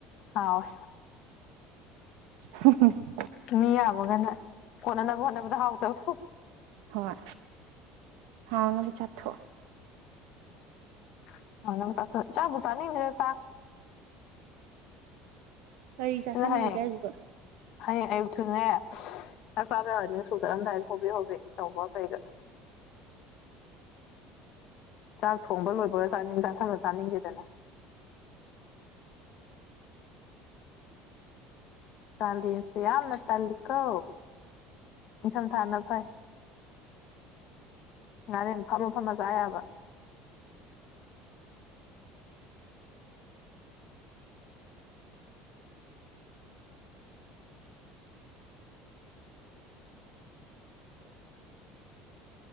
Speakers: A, on the left; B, on the right.
A: ꯍꯥꯎꯋꯦ
B: ꯍ <unintelligible>
A: ꯃꯤ ꯌꯥꯝꯃꯒꯅ ꯀꯣꯠꯅꯅꯕ ꯍꯣꯠꯅꯕꯗ ꯍꯥꯎꯇꯕ
B: ꯍꯣꯏ ꯍꯥꯎꯅꯕ ꯆꯥꯊꯣꯛꯑꯣ
A: <unintelligible> ꯆꯥꯕꯨ ꯆꯥꯅꯤꯡꯗꯦꯗ ꯆꯥꯛ
B: ꯒꯥꯔꯤ ꯆꯥꯥꯁꯜꯂꯨꯔꯒꯦ
A: ꯁꯤꯅ ꯍꯌꯦꯡ
B: ꯍꯥꯏꯁꯤꯕꯣ
A: ꯍꯌꯦꯡ ꯑꯌꯨꯛꯁꯨꯅꯦ ꯅꯆꯥꯥꯁꯤꯡꯅ ꯁ꯭ꯀꯨꯜ ꯆꯠꯂꯝꯗꯥꯏꯗ ꯍꯣꯕꯤ ꯍꯣꯕꯤ ꯇꯧꯕ ꯀꯩꯗꯥ ꯆꯥꯛ ꯊꯣꯡꯕ ꯂꯣꯏꯕꯒ ꯆꯥꯅꯤꯡ ꯆꯥꯁꯤꯜꯂꯒ ꯆꯥꯅꯤꯡꯗꯦꯗꯅ ꯀꯥꯂꯦꯟꯁꯦ ꯌꯥꯝꯅ ꯇꯜꯂꯤꯀꯣ ꯅꯤꯡꯊꯝꯊꯥꯅ ꯐꯩ ꯉꯥꯔꯦꯟ ꯐꯝꯃ ꯐꯝꯃ ꯆꯥ ꯌꯕꯥ